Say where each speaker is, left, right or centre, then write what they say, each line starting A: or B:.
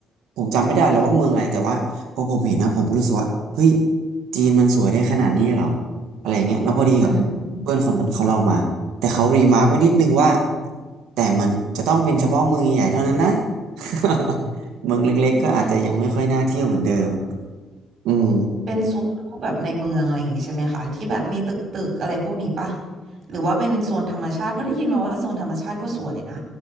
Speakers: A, on the right; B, on the right.
A: ผมจำไม่ได้แล้วว่าเมืองอะไรแต่ว่า พอผมเห็นนะผมก็รู้สึกว่าเฮ้ยจีนมันสวยได้ขนาดนี้เหรออะไรเงี้ยแล้วพอดีแบบเพื่อนคนนั้นเขาเล่ามาแต่เขารีมาร์กไว้นิดนึงว่า
B: อื
A: แต่มันจะต้องเป็นเฉพาะเมืองใหญ่ๆเท่านั้นนะ <laughs> เมืองเล็กๆก็อาจจะยังไม่ค่อยน่าเที่ยวเหมือนเดิม
B: ม
A: อืม
B: เป็นโซนพวกแบบในเมืองอะไรอย่างงี้ใช่ไหมคะที่แบบมีตึกตึกอะไรพวกนี้ปะหรือว่าเป็นโซนธรรมชาติเพราะได้ยินมาว่าโซนธรรมชาติก็สวยนะ